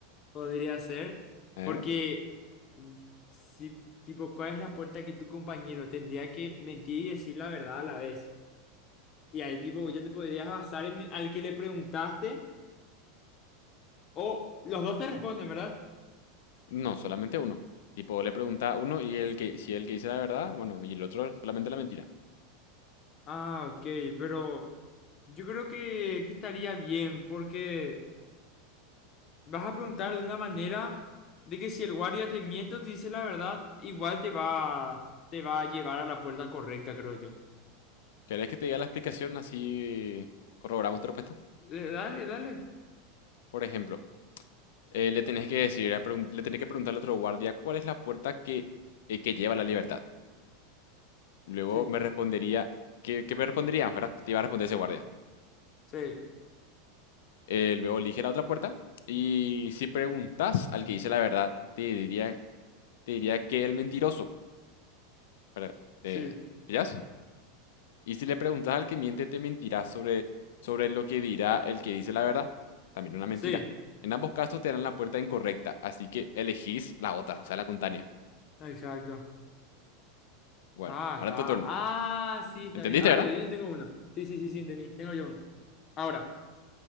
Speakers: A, on the left; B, on the left.
A: Podría ser,
B: ¿Eh?
A: porque mm, si, tipo, ¿cuál es la puerta que tu compañero tendría que mentir y decir la verdad a la vez? Y ahí, tipo, ya te podrías basar en al que le preguntaste o los dos te responden, ¿verdad?
B: No, solamente uno. Tipo, le pregunta a uno y el que, si el que dice la verdad, bueno, y el otro solamente la mentira.
A: Ah, ok, pero yo creo que, que estaría bien porque... vas a preguntar de una manera de que si el guardia te miente o te dice la verdad, igual te va, te va a llevar a la puerta correcta, creo yo.
B: ¿Querés que te diga la explicación así corroboramos tu respuesta?
A: Le- Dale, dale.
B: Por ejemplo, eh, le tenés que decir, a pregun- le tenés que preguntar al otro guardia cuál es la puerta que, eh, que lleva a la libertad. Luego
A: Sí,
B: me respondería, ¿qué, qué me responderías, verdad? Que te iba a responder ese guardia.
A: sí,
B: Eh, luego elige la otra puerta y si preguntas al que dice la verdad, te diría, te diría que el mentiroso. ¿verdad? ¿Te,
A: sí,
B: pillás? Y si le preguntas al que miente, te mentirá sobre, sobre lo que dirá el que dice la verdad. También una mentira.
A: sí.
B: En ambos casos te darán la puerta incorrecta, así que elegís la otra, o sea, la contraria.
A: Exacto.
B: Bueno,
A: Ah,
B: ahora
A: está.
B: tu turno.
A: Ah, sí, está
B: ¿Entendiste,
A: bien. Ahora
B: verdad?
A: yo, yo tengo uno. Sí, sí, sí, sí, entendí. Tengo yo uno. Ahora,